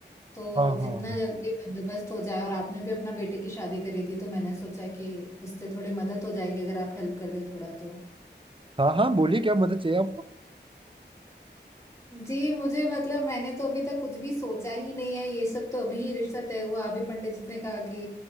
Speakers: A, on the left; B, on the right.
A: तो
B: हाँ हाँ
A: जितना जल्दी बंदोबस्त हो जाए और आपने भी अपना बेटे की शादी करी थी तो मैंने सोचा कि उससे थोड़ी मदद हो जाएगी अगर आप हेल्प कर दें थोड़ा तो
B: हाँ हाँ बोलिए क्या मदद चाहिए आपको
A: जी मुझे मतलब मैंने तो अभी तक कुछ भी सोचा ही नहीं है ये सब तो अभी ही रिश्ता तय हुआ अभी पंडित जी ने कहा कि